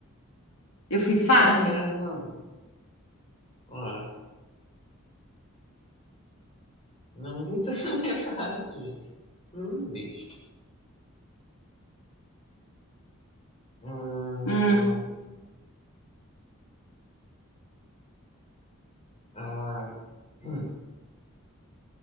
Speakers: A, on the left (about 80°); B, on the left (about 30°).
A: Eu fiz fácil.
B: É, não, ó, não sei se <laughs> também é fácil. gente. Cruzes. Hum,
A: Hum.
B: ah, hum,